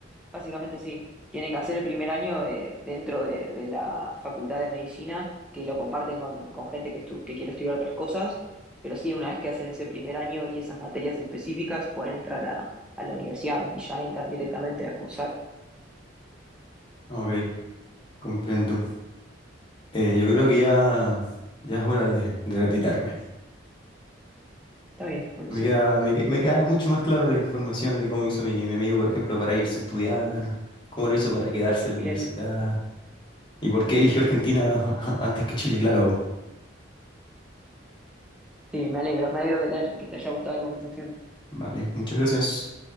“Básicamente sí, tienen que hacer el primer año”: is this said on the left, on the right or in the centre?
Centre